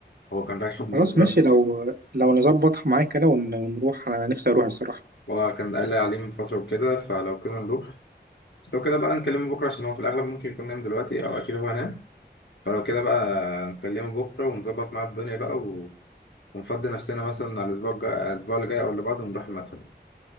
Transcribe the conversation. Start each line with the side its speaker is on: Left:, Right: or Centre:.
Left: هو كان رايحه من
Right: خلاص
Left: فترة
Right: ماشي لو لو نظبط معاك كده ون- ونروح انا نفسي اروح الصراحه
Left: وكان قال لي عليه من فترة وكده فلو كده نروح بس لو كده بقى نكلمه بكرة عشان هو في الأغلب ممكن يكون نام دلوقتي أو أكيد هو نام فلو كده بقى نكلمه بكرة ونظبط معاه الدنيا بقى و... ونفضي نفسنا مثلا على الأسبوع الجاي الأسبوع اللي جاي أو اللي بعده ونروح المتحف